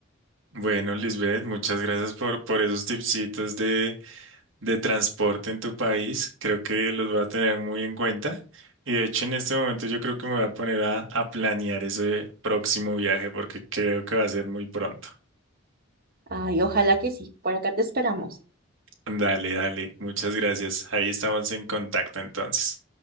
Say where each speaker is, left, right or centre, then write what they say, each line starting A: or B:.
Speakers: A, on the right (about 70°); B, on the right (about 50°).
A: Bueno, Lisbeth, muchas gracias por, por esos tipsitos de de transporte en tu país. Creo que los voy a tener muy en cuenta. Y de hecho, en este momento yo creo que me voy a poner a, a planear ese próximo viaje porque creo que va a ser muy pronto.
B: Ay, ojalá que sí, por acá te esperamos.
A: Dale, dale. Muchas gracias. Ahí estamos en contacto entonces.